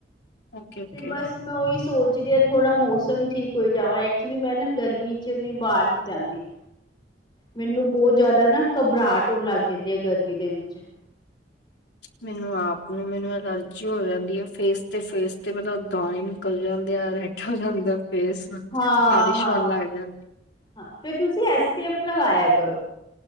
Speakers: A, on the left; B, on the left.
A: ਓਕੇ ਓਕੇ।
B: ਤੇ ਬਸ ਮੈਂ ਉਹੀ ਸੋਚ ਥੋੜ੍ਹਾ ਮੌਸਮ ਠੀਕ ਹੋ ਜਾਵਾਂ ਐਕਚੁਲੀ ਮੈਂ ਨਾ ਗਰਮੀ ਚ ਬਾਹਰ ਨੀ ਜਾਂਦੀ। ਮੈਨੂੰ ਬਹੁਤ ਜ਼ਿਆਦਾ ਨਾ ਘਬਰਾਹਟ ਹੋਣ ਲੱਗ ਜਾਂਦੀ ਆ ਗਰਮੀ ਦੇ ਵਿੱਚ।
A: ਮੈਨੂੰ ਆਪ ਨੂੰ ਮੈਨੂੰ ਅਲਰਜੀ ਹੋ ਜਾਂਦੀ ਆ ਫੇਸ ਤੇ ਫੇਸ ਤੇ ਮਤਲਬ ਦਾਣੇ ਨਿਕਲ ਜਾਂਦੇ। <unintelligible> ਜਾਂਦਾ ਫੇਸ
B: ਹਾਂ
A: ਖ਼ਾਰਿਸ਼
B: ਹਾਂ,
A: ਹੋਣ ਲੱਗ ਜਾਂਦੀ।
B: ਹਾਂ ਫਿਰ ਤੁਸੀਂ ਇਸ ਐੱਸ ਪੀ ਐੱਫ ਲਗਾਇਆ ਕਰੋ।